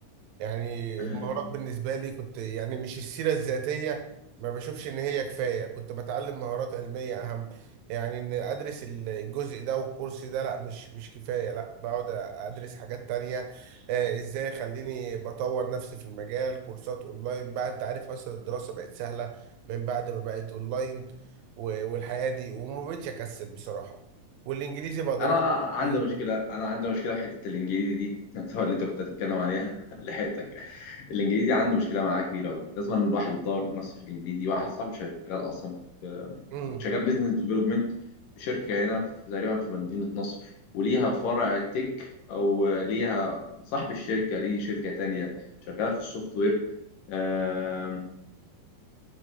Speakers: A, on the right; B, on the left.
A: يعني
B: <laughs> آه،
A: المهارات بالنسبة لي كنت يعني مش السيرة الذاتية ما بشوفش إن هي كفاية كنت بتعلم مهارات علمية أهم يعني إن أدرس ال- الجزء ده والكورس ده لا مش مش كفاية لا بقعد أدرس حاجات تانية آه، إزاي خليني بطور نفسي في المجال كورسات أونلاين بقى أنت عارف أصلا الدراسة بقت سهلة من بعد ما بقت أونلاين و- والحياة دي وما بقتش أكسل بصراحة والإنجليزي بقى ضروري
B: انا عندي
A: جدا
B: مشكلة انا عندي مشكلة في حتة الانجليزي دي <laughs> نفسها اللي انت كنت بتتكلم عليها <laughs> لحقتك الانجليزي عنده مشكلة معاه كبيرة قوي لازم الواحد يطور نفسه في الانجليزي واحد صاحبي شغال اصلا
A: امم
B: شغال بيزنس ديفلوبمنت في شركة هنا في تقريبا في مدينة نصر وليها فرع تك أو آه، ليها صاحب الشركة ليه شركة تانية شغالة في السوفت وير آه،